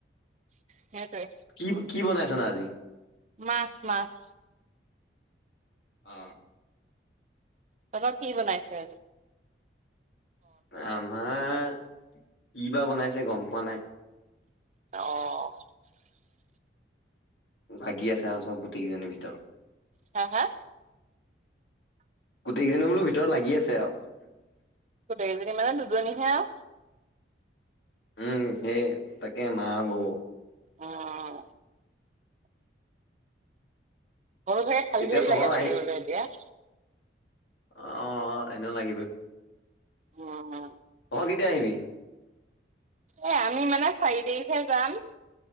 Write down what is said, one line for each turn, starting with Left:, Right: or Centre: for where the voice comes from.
Right: সেইটোৱে
Left: কি কি বনাইছা নো আজি?
Right: মাছ, মাছ।
Left: আ
Right: তহঁত কি বনাইছেনো আজি?
Left: আমাৰ, কি বা বনাইছে গম পোৱা নাই।
Right: অ'
Left: ভাগি আছে আও চব, গোটেই কেইজনীৰ ভিতৰত।
Right: হা, হা
Left: গোটেইকেইজনী বোলো ভিতৰত লাগি আছে আও।
Right: গোটেইকেইজনী মানে, দুজনীহে আও।
Left: উম, সেয়ে তাকে মা আও বৌ।
Right: উম ঘৰত চাগে খালি
Left: তেতিয়া
Right: খালি
Left: তহঁত
Right: লাগে থাকিবলে
Left: আহি
Right: এতিয়া?
Left: অ' অ' এনেও লাগিবই।
Right: উম
Left: তহঁত কেতিয়া আহিবি?
Right: এ আমি মানে চাৰি তাৰিখে যাম।